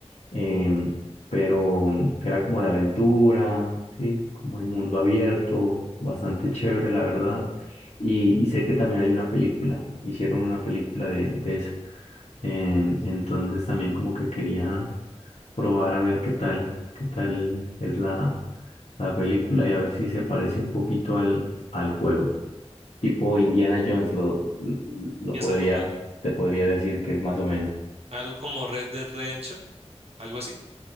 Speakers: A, on the left; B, on the right.
A: Em, pero era como de aventura, ¿sí? Como el mundo abierto, bastante chévere, la verdad. Y, y sé que también hay una película, hicieron una película de, de esa. Em, entonces también como que quería probar a ver qué tal, qué tal es la, la película y a ver si se parece un poquito al, al juego. Tipo Indiana Jones lo, lo lo
B: ¿Es
A: podría,
B: algo, pa-
A: te podría decir que es más o menos.
B: algo como Red Dead Redemption? ¿Algo así?